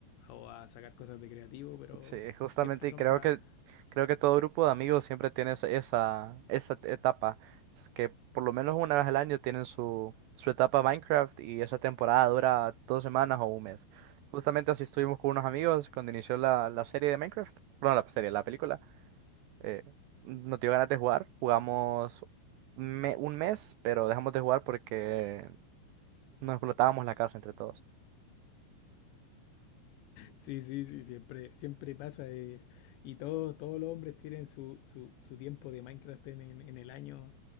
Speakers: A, on the left (about 80°); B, on the right (about 85°).
A: o a sacar cosas de creativo, pero
B: Sí, justamente,
A: siempre son
B: y creo
A: para
B: que, creo que todo grupo de amigos siempre tiene esa, esa, esa etapa, es que por lo menos una vez al año tienen su, su etapa Minecraft y esa temporada dura dos semanas o un mes. Justamente así estuvimos con unos amigos cuando inició la, la serie de Minecraft, bueno, la serie, la película. eh, nos dio ganas de jugar. Jugamos me- un mes, pero dejamos de jugar porque nos explotábamos la casa entre todos.
A: Sí, sí, sí, siempre, siempre pasa. eh, y todos, todos los hombres tienen su, su, su tiempo de Minecraft en, en- en el año,